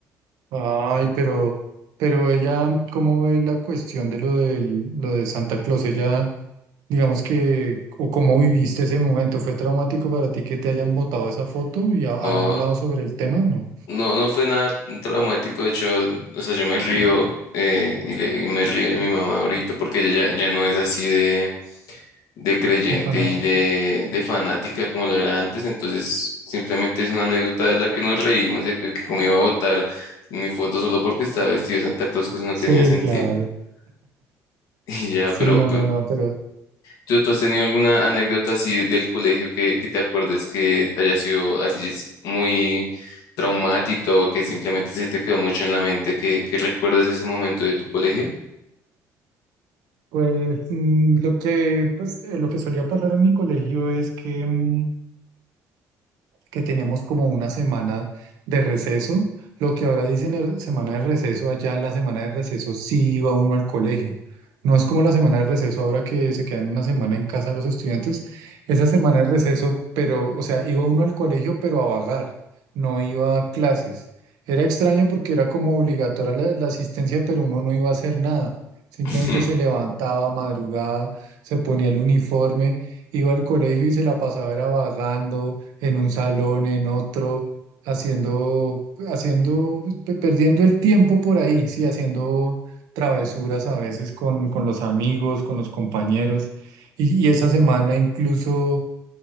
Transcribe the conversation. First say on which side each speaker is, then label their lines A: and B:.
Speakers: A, on the right; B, on the left.
A: ay, pero, pero ella, ¿cómo ve la cuestión de lo del, lo de Santa Claus? Ella Digamos que, o cómo viviste ese momento, ¿fue traumático para ti que te
B: <laughs>
A: hayan botado esa foto y ha-
B: No,
A: han hablado sobre el tema? ¿No?
B: no, no fue nada traumático, de hecho, o sea, yo me río eh, y, le- y me río de mi mamá ahorita porque ella ya, ya no es así de, de creyente
A: ¿El fanático?
B: y de, de fanática como lo era antes, entonces simplemente es una anécdota de la que nos reímos, de que, que como iba a votar mi foto solo porque estaba vestido de Santa Claus, que eso no
A: Sí,
B: tenía sentido.
A: claro.
B: <laughs> Y ya,
A: Sí,
B: pero,
A: no, no, no, pero
B: ¿Tú, tú has tenido alguna anécdota así del colegio que, que te acuerdes que haya sido así es muy traumática o que simplemente se te quedó mucho en la mente que, que recuerdes ese momento de tu colegio?
A: pues mm, lo que, pues, eh, lo que solía pasar en mi colegio es que mm, que teníamos como una semana de receso. Lo que ahora dicen es semana de receso, allá la semana de receso sí iba uno al colegio. No es como la semana de receso ahora que se quedan una semana en casa los estudiantes. Esa semana de receso, pero, o sea, iba uno al colegio, pero a vagar, no iba a clases. Era extraño porque era como obligatoria la, la asistencia, pero uno no iba a hacer nada. Simplemente
B: <laughs>
A: se levantaba madrugada, se ponía el uniforme, iba al colegio y se la pasaba era vagando, en un salón, en otro, haciendo, haciendo, pues, pe- perdiendo el tiempo por ahí, sí, haciendo travesuras a veces con, con los amigos, con los compañeros. Y, y esa semana incluso